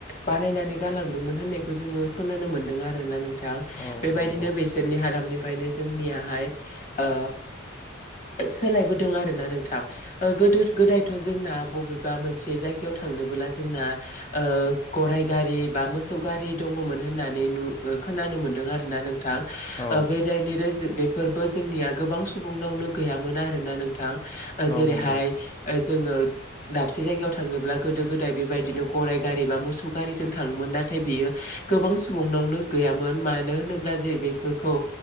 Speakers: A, on the left; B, on the left.
A: बानायनानै गालांदोंमोन होननायखौ जोङो खोनानो मोन्दों। आरोना नोंथां
B: औ
A: बेबायदिनो
B: नंगौ
A: बिसोरनि हालामनिफ्राय फायनो जोंनियाहाय ओ सोलायबोदों आरोना नोंथां ओ- गोदो गोदायथ' जोंना बबेबा मोनसे मोनसे जायगायाव थांनोबोला जोंना ओ- गराय गारि बा मोसौ गारि दङमोन होननानै खोनानो मोनदों आरो ना नोंथां
B: औ
A: ओ बे जाय नो फोरबो जोंनिया गोबां सुबुंनावनो गैयामोन आरोना नोंथां? जेरैहाय
B: औ नंगौ
A: जोङो दाबसे जायगायाव थांनो गोदो गोदाय बेबायदिनो गराइ गारि बा मोसौ गारिजों थाङोमोन नाथाय बियो गोबां सुबुं <unintelligible> गैयोन मानो होनोब्ला जे बेफोरखौ